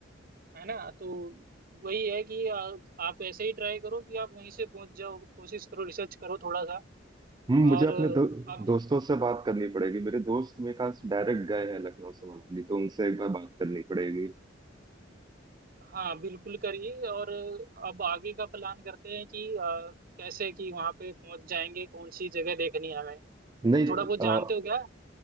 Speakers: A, on the right; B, on the right.
A: है ना तो वही है कि अ, आप ऐसे ही ट्राई करो कि आप वहीं से पहुंच जाओ कोशिश करो रिसर्च करो थोड़ा सा
B: हम्म मुझे
A: और
B: अपने
A: अ,
B: दो,
A: आप
B: दोस्तों से बात करनी पड़ेगी मेरे दोस्त मेरे पास डायरेक्ट गए हैं लखनऊ से मनाली तो उनसे एक बार बात करनी पड़ेगी
A: हाँ बिल्कुल करिए और अब आगे का प्लान करते हैं कि अ, कैसे कि वहां पे पहुंच जाएंगे कौन सी जगह देखनी है हमें
B: नहीं
A: तो थोड़ा बहुत जानते
B: आ,
A: हो क्या